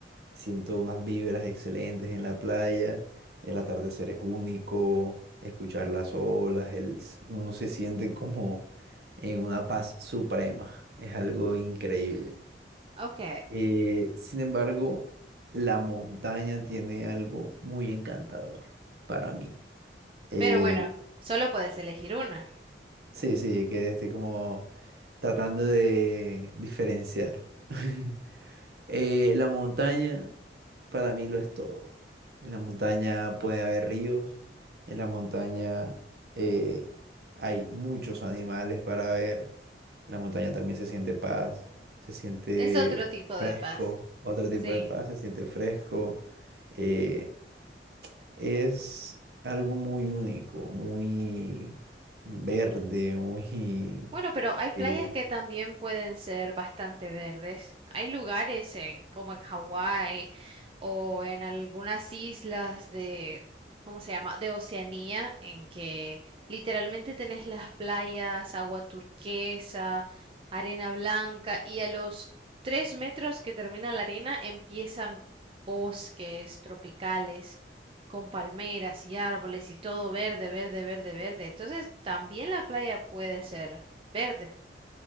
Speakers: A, on the right (about 60°); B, on the right (about 30°).
A: Siento unas vibras excelentes en la playa, el atardecer es único, escuchar las olas, el, s- uno se siente como en una paz suprema, es algo increíble.
B: Ok.
A: Eh, sin embargo, la montaña tiene algo muy encantador para mí. Eh,
B: Pero bueno, solo puedes elegir una.
A: sí, sí, que estoy como tratando de diferenciar. <laughs> Eh, la montaña para mí lo es todo. En la montaña puede haber ríos, en la montaña eh, hay muchos animales para ver, en la montaña también se siente paz, se siente
B: Es otro tipo de
A: fresco,
B: paz.
A: otro tipo
B: Sí.
A: de paz, se siente fresco. eh, es algo muy único, muy verde, muy...
B: Bueno, pero hay playas
A: eh,
B: que también pueden ser bastante verdes. Hay lugares en, como en Hawái o en algunas islas de, ¿cómo se llama? De Oceanía, en que literalmente tenés las playas, agua turquesa, arena blanca y a los tres metros que termina la arena empiezan bosques tropicales con palmeras y árboles y todo verde, verde, verde, verde. Entonces también la playa puede ser Verde.